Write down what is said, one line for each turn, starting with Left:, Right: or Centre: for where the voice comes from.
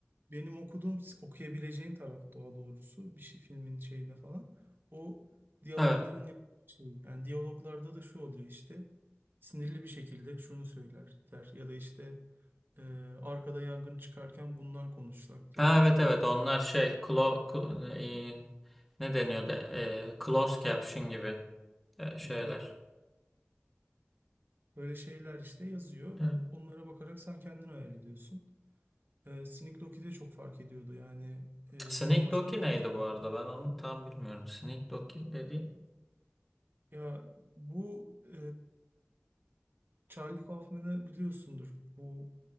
Right: benim okuduğum, okuyabileceğin taraf daha doğrusu bir şey, filmin şeyinde falan. O diyalogların
Centre: evet,
Right: yapıldığı şey. Yani diyaloglarda da şu oluyor işte. Sinirli bir şekilde şunu söyler der ya da işte e, arkada yangın çıkarken bunlar konuşsak diye
Centre: ha,
Right: böyle
Centre: evet,
Right: bir giriş.
Centre: evet. Onlar şey, klo, klo- e, ne deniyordu? E, closed caption gibi e, şeyler.
Right: <laughs> Böyle şeyler işte yazıyor.
Centre: Evet.
Right: Onlara bakarak sen kendin hayal ediyorsun. Ee, Sneak Doki de çok fark ediyordu. Yani e,
Centre: Sneak
Right: bambaşka
Centre: Doki
Right: bir film
Centre: neydi
Right: çekti.
Centre: bu arada? Ben onu tam bilmiyorum. Sneak Doki dediğim.
Right: Ya bu e, Charlie Kaufman'ı biliyorsundur. Bu